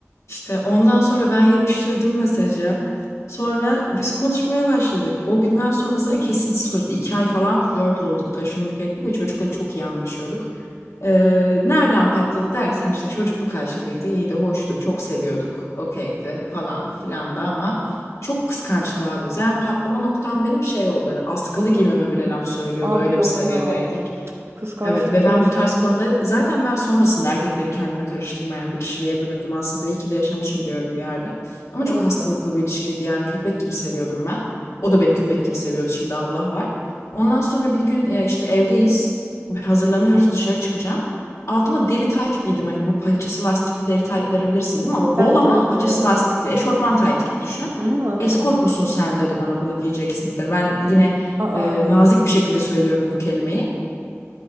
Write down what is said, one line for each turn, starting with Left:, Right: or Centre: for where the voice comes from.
Left: İşte ondan sonra ben yapıştırdım mesajı. Sonra biz konuşmaya başladık. O günden sonra zaten kesintisiz konuştuk. İki ay falan flört olduk, taşındık ettik ve çocukla çok iyi anlaşıyorduk. Ee, nereden patladı dersen işte çocukluk aşkıydı, iyi de hoştu, çok seviyorduk, okeydi falan filan da ama çok kıskançtı abi. Zaten patlama noktam benim şey oldu hani askılı giymeme bile laf söylüyordu
Right: Abi
Left: öyle
Right: yok
Left: bir seviyedeydik.
Right: ya. Kıskançlık
Left: Evet ve
Right: çok
Left: ben
Right: şey.
Left: bu tarz konuları zaten ben sonrasında erkekleri kendime karıştırmayan bir kişiliğe büründüm aslında. İyi ki de yaşamışım diyorum bir yerde. Ama çok
Right: Bence
Left: hastalıklı
Right: de.
Left: bir ilişkiydi yani köpek gibi seviyordum ben. O da beni köpek gibi seviyordu şimdi Allah var. Ondan sonra bir gün e, işte evdeyiz. Hazırlanıyoruz dışarı çıkacağım. Altıma deri tayt giydim hani bu paçası lastikli deri taytları bilirsin değil mi? Ama
Right: Evet
Left: bol ama
Right: evet
Left: paçası
Right: biliyorum.
Left: lastikli eşortman tayt gibi düşün.
Right: Hı hı, anladım.
Left: Eskort musun sen dedi bana bunu giyeceksin dedi. Ben yine
Right: Aa.
Left: e, nazik bir şekilde söylüyorum bu kelimeyi.